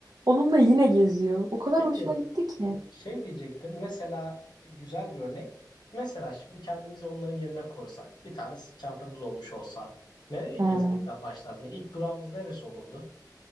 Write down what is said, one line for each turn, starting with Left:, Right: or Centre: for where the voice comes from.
Right: Onunla yine geziyor. O kadar
Left: Peki
Right: hoşuma gitti ki.
Left: Şey diyecektim. Mesela güzel bir örnek. Mesela şimdi kendimizi onların yerine koysak, bir tane sırt çantamız olmuş olsa, nereye gezmekten
Right: Hmm.
Left: başlardı? Yani ilk durağımız neresi olurdu?